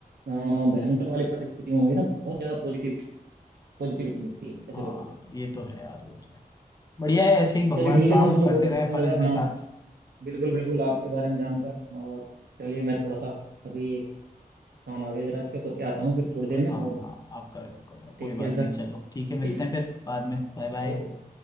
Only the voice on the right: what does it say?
अ, भयंकर वाली परिस्थितियों में भी ना बहुत ज्यादा पॉजिटिव पॉजिटिविटी मिलती है ऐसे
लोगों से
चलिए ठीक
है सर मुझे
बहुत अच्छा
लगा
हाँ
बिल्कुल बिल्कुल आपके बारे में जानकर और चलिए मैं थोड़ा सा अभी एक काम आ गया जरा इसके करके आता हूँ फिर थोड़ी देर
में
और
टेक
केयर सर
ठीक है
हाँ
ओके सर